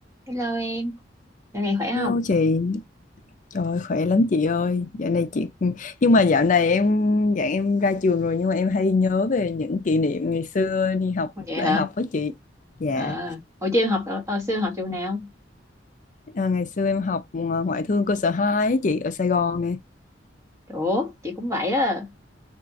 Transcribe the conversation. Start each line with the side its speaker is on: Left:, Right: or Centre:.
Right: Hello em, dạo này khỏe không?
Left: Hello chị, trời ơi, khỏe lắm chị ơi. Dạo này chị nhưng mà dạo này em dạ em ra trường rồi nhưng mà em hay nhớ về những kỷ niệm ngày xưa đi học
Right: vậy
Left: đại
Right: hả?
Left: học với chị. Dạ,
Right: À, hồi chưa em học ờ, xưa em học trường nào?
Left: à, ngày xưa em học ờ, ngoại thương cơ sở 2 ấy, chị ở Sài Gòn nè.
Right: Ủa, chị cũng vậy á.